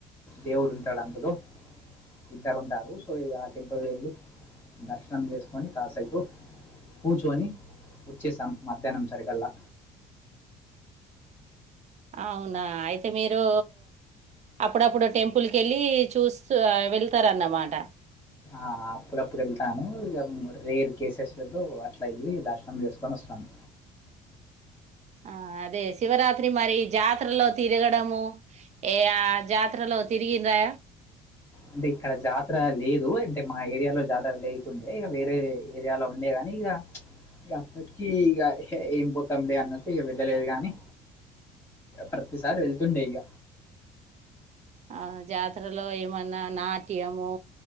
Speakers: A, on the left; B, on the right.
A: దేవుడు ఉంటాడు అందులో ఇద్దరు ఉంటారు సో ఆ టెంపుల్ వెళ్ళి దర్శనం చేసుకొని కాసేపు కూర్చోని వచ్చేసాం మధ్యాహ్నం సరికల్లా
B: అవునా అయితే మీరు అప్పుడప్పుడు టెంపుల్కి వెళ్ళి చూస్త వెళ్తారన్నమాట
A: ఆ ఆ అప్పుడప్పుడు వెళ్తాను ఇగ రేర్ కేసెస్ లల్లో అట్లా వెళ్ళి దర్శనం చేసుకొని వస్తాము
B: ఆ అదే శివరాత్రి మరి జాతరలో తిరగడము ఏ యా జాతరలో తిరిగిండ్రా
A: అంటే ఇక్కడ జాతర లేదు అంటే మా ఏరియాలో జాతర లేకుండే ఇక వేరే ఏరియాలో ఉండే గాని ఇక అప్పటికి ఇక ఏం పోతాంలే అన్నట్టు ఇక వెళ్ళలేదు గాని ప్రతిసారి వెళ్తుండే ఇక
B: ఆ జాతరలో ఏమన్నా నాట్యము